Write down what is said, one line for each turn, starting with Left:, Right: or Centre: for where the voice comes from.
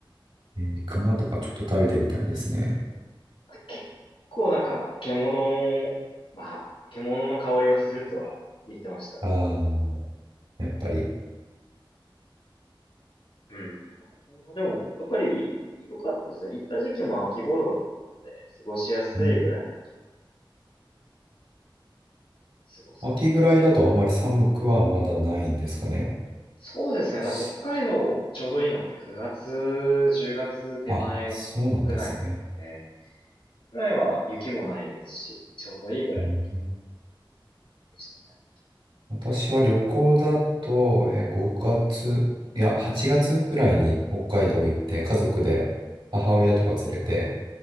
Right: えー、熊とかちょっと食べてみたいですね。
Left: な。結構なんか、獣を、まあ、獣の香りはするとは言ってましたね。
Right: ああ、
Left: お店の人
Right: やっぱり。
Left: うん。なんかほんのでも、やっぱり良かったですね。行った時期も秋頃だったので、過ごしやすいぐらいの気温
Right: うん
Left: で過ごせた。
Right: 秋ぐらいだとあんまり寒くはまだないんですかね。
Left: そうですね。多分北海道ちょうどいいのって9月、
Right: し
Left: 10月手前ぐらいなので、
Right: あ、そうなんですね。
Left: ぐらいは雪もないですし、ちょうどいいぐらいの気温
Right: うん
Left: でしたね。
Right: 私は旅行だと、えー、5月、いや、8月くらいに北海道行って、家族で母親とか連れて、